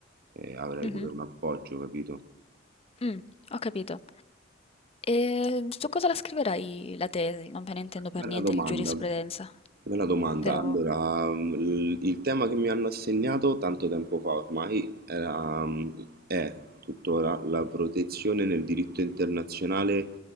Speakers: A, on the right (about 50°); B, on the left (about 30°).
A: eh, avrai
B: Mhm.
A: pure un appoggio, capito?
B: Mm, ho capito. E su cosa la scriverai la tesi? Non me ne intendo per
A: Bella
B: niente
A: domanda,
B: di giurisprudenza,
A: bella domanda.
B: però...
A: Allora, mm, il il tema che mi hanno assegnato tanto tempo fa ormai era, mm, è tuttora la protezione nel diritto internazionale